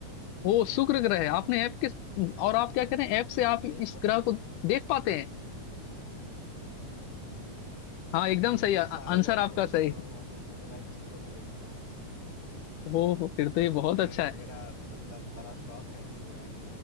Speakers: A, on the left; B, on the left.
A: वो शुक्र ग्रह है आपने ऐप के और आप क्या करें ऐप से आप
B: सही
A: इस
B: बताया
A: ग्रह को देख पाते हैं हाँ एकदम सही
B: मैं
A: आ-
B: सारे
A: आंसर
B: ग्रहों
A: आपका
B: को देखता
A: सही है
B: हूँ और मैं सैटेलाइट्स को भी देखता हूँ
A: हो फिर तो ये बहुत
B: मैं
A: अच्छा है
B: मेरा मतलब बड़ा शौक है कि मैं